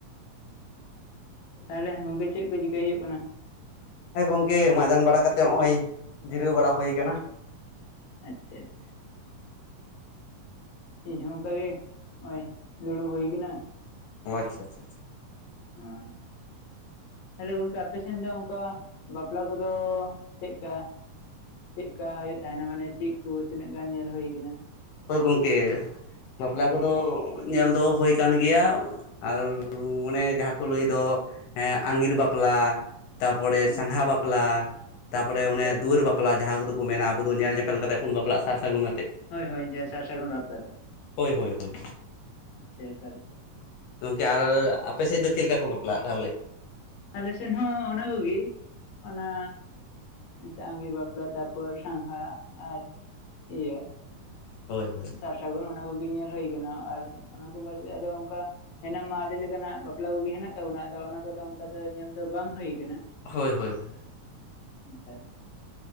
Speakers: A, on the left (about 65°); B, on the left (about 80°).
A: ᱛᱟᱦᱚᱞᱮ ᱜᱚᱝᱠᱮ ᱪᱮᱫ ᱠᱚ ᱪᱤᱠᱟᱹᱭ ᱦᱩᱭᱩᱜ ᱠᱟᱱᱟ?
B: ᱦᱮᱸ ᱜᱚᱝᱠᱮ ᱢᱟᱟᱸᱡᱟᱱ ᱵᱟᱲᱟ ᱠᱟᱛᱮᱜ ᱱᱚᱜ ᱚᱚᱭ ᱡᱤᱨᱟᱹᱣ ᱵᱟᱲᱟ ᱦᱩᱭ ᱠᱟᱱᱟ᱾
A: ᱟᱪᱪᱷᱟ ᱪᱷᱟ᱾ ᱤᱧ ᱦᱚᱸ ᱚᱱᱠᱟᱜᱮ ᱱᱚᱼᱚᱭ ᱫᱩᱲᱩᱵ ᱦᱩᱭ ᱠᱟᱱᱟ᱾
B: ᱳ ᱟᱪᱷᱟ ᱪᱷᱟ᱾
A: ᱦᱟᱸ᱾ ᱛᱟᱦᱚᱞᱮ ᱜᱚᱝᱠᱮ ᱟᱯᱮ ᱥᱮᱱ ᱫᱚ ᱚᱝᱠᱟ ᱵᱟᱯᱞᱟ ᱠᱚᱫᱚ ᱪᱮᱜ ᱠᱟ? ᱪᱮᱫ ᱞᱮᱠᱟ‌ ᱦᱩᱭᱩᱜ ᱛᱟᱦᱮᱱᱟ ᱢᱟᱱᱮ ᱪᱤᱫ ᱧᱮᱞ ᱦᱩᱭ ᱟᱠᱟᱱᱟ?
B: ᱦᱳᱭ ᱜᱚᱝᱠᱮ ᱵᱟᱯᱞᱟ ᱠᱚᱫᱚ ᱧᱮᱞ ᱫᱚ ᱦᱚᱭ ᱠᱟᱱ ᱜᱮᱭᱟ᱾ ᱟᱨ ᱩᱸ ᱚᱱᱮ ᱡᱟᱦᱟᱸ ᱠᱚ ᱞᱟᱹᱭ ᱫᱚ ᱮᱸ ᱟᱸᱜᱤᱨ ᱵᱟᱯᱞᱟ᱾ ᱛᱟᱯᱚᱲᱮ
A: ᱦᱳᱭ
B: ᱥᱟᱸᱜᱷᱟ
A: ᱦᱳᱭ
B: ᱵᱟᱯᱞᱟ ᱛᱟᱯᱚᱨᱮ
A: ᱟᱪᱪᱷᱟ
B: ᱚᱱᱮ
A: ᱟᱪᱪᱷᱟ
B: ᱫᱩᱣᱟᱹᱨ ᱵᱟᱯᱼᱼ ᱯᱞᱟ ᱡᱟᱦᱟᱸ ᱠᱩᱫᱩ ᱠᱚ ᱢᱮᱱᱟ ᱟᱵᱩ ᱫᱚ ᱧᱮᱞ ᱧᱮᱯᱮᱞ ᱠᱟᱛᱮᱜ ᱵᱩᱱ ᱵᱟᱯᱞᱟᱜ ᱥᱟᱨ ᱥᱟᱹᱜᱩᱱ ᱠᱟᱛᱮᱜ᱾
A: ᱦᱚᱭ ᱦᱚᱭ ᱡᱮ ᱥᱟᱨ ᱥᱟᱹᱜᱩᱱ ᱵᱟᱯᱞᱟ ᱫᱚ᱾
B: ᱦᱳᱭ ᱦᱳᱭ ᱦᱳᱭ᱾
A: ᱟᱪᱷᱟ ᱮᱠᱟᱞ ᱮᱠᱟᱞ
B: ᱜᱚᱝᱠᱮ ᱟᱨ ᱨᱚ ᱟᱯᱮ ᱥᱮᱫ ᱫᱚ ᱪᱮᱫ ᱞᱮᱠᱟ ᱠᱚ ᱵᱟᱯᱞᱟᱜ-ᱟ ᱛᱟᱦᱚᱞᱮ?
A: ᱟᱞᱮ ᱥᱮᱱ ᱦᱚᱸ ᱚᱱᱟ ᱠᱩᱜᱤ ᱚᱱᱟ ᱪᱮ ᱟᱸᱜᱤᱨ ᱵᱟᱯᱞᱟ ᱛᱟᱨᱯᱚᱨ ᱥᱟᱸᱜᱷᱟ ᱟᱨ ᱤᱭᱟᱹ᱾
B: ᱦᱚᱭ ᱦᱚᱭ᱾
A: ᱥᱟᱨ ᱥᱟᱹᱜᱩᱱ ᱚᱱᱟ ᱠᱩᱜᱤ ᱧᱮᱞ ᱦᱩᱭ ᱟᱠᱟᱱᱟ ᱟᱨ ᱚᱱᱟ ᱠᱚ ᱵᱟᱨᱮ ᱛᱮ ᱚᱱᱠᱟ ᱦᱮᱱᱟᱜ ᱢᱟ ᱟᱰᱤ ᱞᱮᱠᱟᱱᱟᱜ ᱵᱟᱯᱞᱟ ᱠᱚᱜᱮ ᱦᱮᱱᱟᱜ ᱛᱟᱵᱚᱱᱟ ᱟᱫᱚ ᱚᱱᱟ ᱠᱚᱫᱚ ᱚᱱᱠᱟ ᱠᱚᱫᱚ ᱧᱮᱞ ᱫᱚ ᱵᱟᱝ ᱦᱩᱭ ᱠᱟᱱᱟ᱾
B: ᱦᱚᱭ ᱦᱚᱭ ᱦᱚᱭ᱾
A: ᱤᱠᱟᱞ᱾